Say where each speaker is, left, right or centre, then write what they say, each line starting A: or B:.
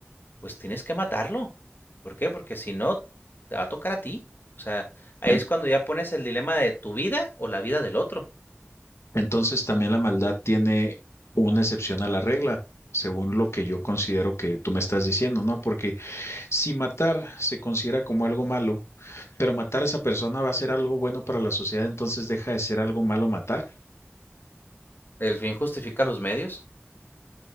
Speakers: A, on the left; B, on the left.
A: Pues tienes que matarlo. ¿Por qué? Porque si no, te va a tocar a ti. O sea, ahí
B: En-
A: es cuando ya pones el dilema de tu vida o la vida del otro.
B: entonces también la maldad tiene una excepción a la regla, según lo que yo considero que tú me estás diciendo, ¿no? Porque si matar se considera como algo malo, pero matar a esa persona va a ser algo bueno para la sociedad, entonces deja de ser algo malo matar.
A: El fin justifica los medios,